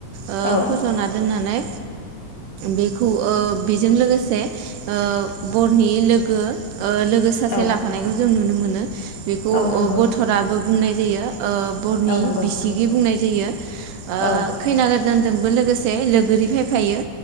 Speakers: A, on the left (about 65°); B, on the right (about 80°).
A: औ
B: ओ फज'ना
A: औ
B: दोननानै बेखौ ओ बेजों लोगोसे ओ बरनि लोगो ओ लोगो सासे
A: औ
B: ला जों नुनो मोनो। बेखौ
A: औ
B: ओ
A: नंगौ
B: बरध'राबो बुंनाय जायो। ओ बरनि
A: औ नंगौ
B: बिसिगि बुंनाय जायो। ओ
A: औ
B: खैना गोदानजोंबो लोगोसे लोगोरि फाय फायो।